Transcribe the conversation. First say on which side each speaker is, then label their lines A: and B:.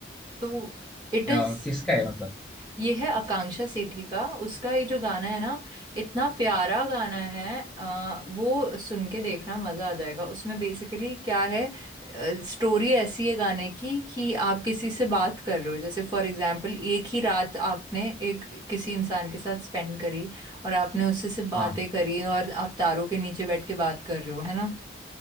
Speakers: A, on the right; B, in the centre.
A: तो इट
B: या,
A: इज
B: किसका है मतलब
A: ये है आकांक्षा सेठी का उसका ये जो गाना है ना इतना प्यारा गाना है आ, वो सुन के देखना मजा आ जाएगा उसमें बेसिकली क्या है स्टोरी ऐसी है गाने की कि आप किसी से बात कर रहे हो जैसे फॉर एग्जांपल एक ही रात आपने एक किसी इंसान के साथ स्पेंड करी और आपने उससे सिर्फ बातें
B: हाँ
A: करी और आप तारों के नीचे बैठ के बात कर रहे हो है ना